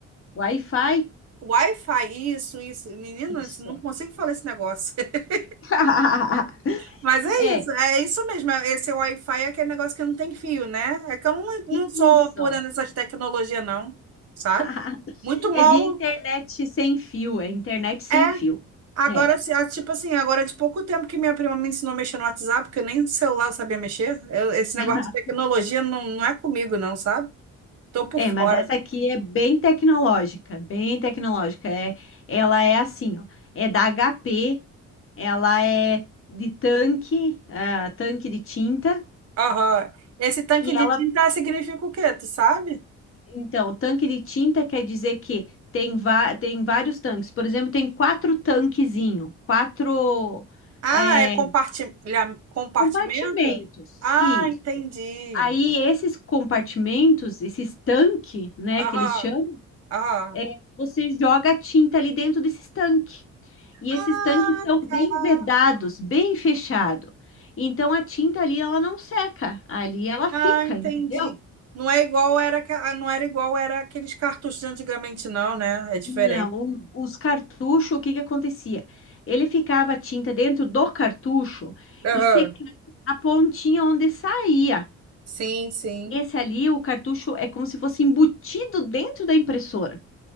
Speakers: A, on the left; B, on the right.
A: Wi-Fi?
B: Wi-Fi, isso, isso. Menino,
A: Isso.
B: isso- não consigo falar esse negócio. <laughs>
A: <laughs>
B: Mas é
A: É,
B: isso, é isso mesmo. é- Esse Wi-Fi é aquele negócio que não tem fio, né? É que eu não, não sou
A: isso.
B: por dentro dessas tecnologias, não, sabe?
A: <laughs>
B: Muito mal.
A: É via internet sem fio, é internet sem
B: É,
A: fio.
B: Agora,
A: É.
B: se- ah, tipo assim, agora é de pouco tempo que minha prima me ensinou a mexer no WhatsApp, porque eu nem no celular eu sabia mexer. Eu- esse negócio
A: <laughs>
B: de tecnologia não, não é comigo, não, sabe? Tô por
A: É,
B: fora.
A: mas essa aqui é bem tecnológica, bem tecnológica. É, ela é assim, ó, é da HP, ela é de tanque, ah, tanque de tinta,
B: Aham. Esse tanque
A: e
B: de
A: ela,
B: tinta significa o quê? Tu sabe?
A: então, o tanque de tinta quer dizer que tem, va- tem vários tanques. Por exemplo, tem quatro tanquezinho, quatro
B: Ah,
A: é,
B: é compartilha, compartimento?
A: Compartimentos,
B: Ah,
A: isso.
B: entendi.
A: Aí esses compartimentos, esses tanque, né,
B: Aham,
A: que eles chamam,
B: aham.
A: é, você joga a tinta ali dentro desses tanque. E
B: Ah,
A: esses tanques são
B: tá.
A: bem vedados, bem fechado. Então a tinta ali ela não seca, ali ela
B: Ah,
A: fica,
B: entendi.
A: entendeu?
B: Não é igual era, aqua- não era igual era aqueles cartuchos de antigamente, não, né? É diferente.
A: Não, o- os cartuchos, o que que acontecia? Ele ficava a tinta dentro do cartucho
B: Aham.
A: e secava a pontinha onde saía.
B: Sim, sim.
A: Esse ali, o cartucho é como se fosse embutido dentro da impressora.